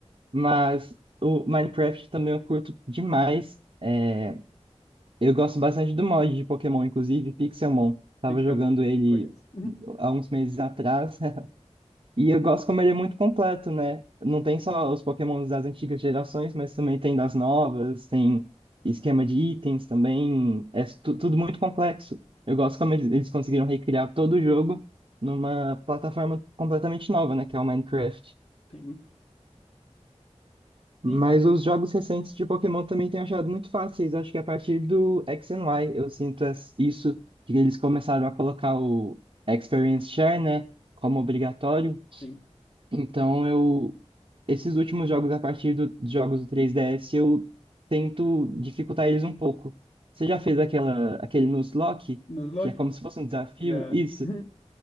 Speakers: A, on the right; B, on the left.
A: mas o Minecraft também eu curto demais. É, eu gosto bastante do mod de Pokémon, inclusive Pixelmon. Tava
B: Pixelmon,
A: jogando ele
B: conheço. Uhum,
A: há uns meses atrás. <laughs> E eu gosto como ele é muito completo, né? Não tem só os Pokémons das antigas gerações, mas também tem das novas, tem esquema de itens também. É tu- tudo muito complexo. Eu gosto como eles, eles conseguiram recriar todo o jogo numa plataforma completamente nova, né? Que é o Minecraft.
B: Sim,
A: Mas
B: sim,
A: os jogos recentes de Pokémon também tenho achado muito fáceis. Acho que a partir do X and Y eu sinto es- isso, que eles começaram a colocar o Experience Share, né? Como obrigatório.
B: sim.
A: Então eu esses últimos jogos a partir do- dos jogos do 3DS eu tento dificultar eles um pouco. Você já fez aquela aquele Nuzlocke, Lock,
B: Nuzlocke?
A: que é como se fosse um desafio?
B: Já.
A: Isso.
B: <laughs>